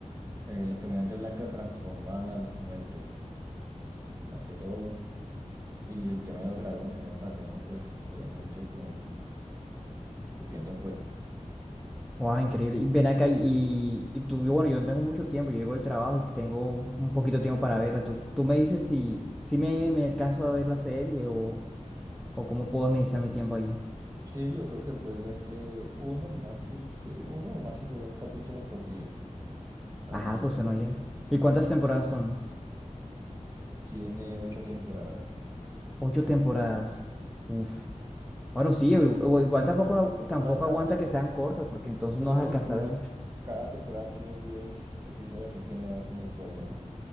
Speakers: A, on the right; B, in the centre.
A: Eh, los caminantes blancas transformaban a los muertos, más que todo. Y el tema de los dragones, eran dragones, pues obviamente con escupiendo fuego.
B: Wow, increíble. Y ven acá y, y tú, y bueno, yo no tengo mucho tiempo, yo llego del trabajo y tengo un poquito de tiempo para verla. Tú, tú me dices si, si me, me alcanzo a ver la serie o, o cómo puedo administrar mi tiempo ahí.
A: Sí, yo creo que puedes verte uno, máximo, sí, uno o máximo dos capítulos por día. para
B: Ajá,
A: que
B: pues suena bien. ¿Y cuántas temporadas
A: ciclo.
B: son?
A: Tiene ocho temporadas.
B: Ocho temporadas. Uf. Bueno, sí, igu- igu- igual tampoco, no- tampoco
A: Igual cada
B: aguanta
A: te-
B: que sean cortos, porque entonces
A: sí,
B: no vas
A: no,
B: a alcanzar
A: y- igual
B: a ver mucho.
A: cada temporada tiene diez episodios, así que no, eso no hay problema.